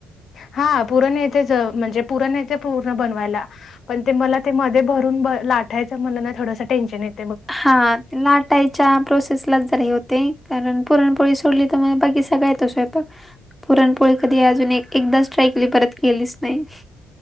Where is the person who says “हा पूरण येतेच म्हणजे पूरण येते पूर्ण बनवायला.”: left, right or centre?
Left